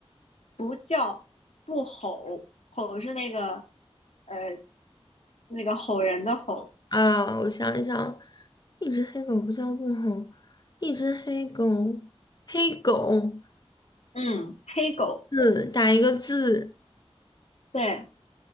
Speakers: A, on the left; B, on the left.
A: 不叫不吼，吼是那个呃那个吼人的吼。
B: 啊，我想一想，一只黑狗不叫不好，一只黑狗，黑狗
A: 嗯，黑狗，
B: 字打一个字，
A: 对，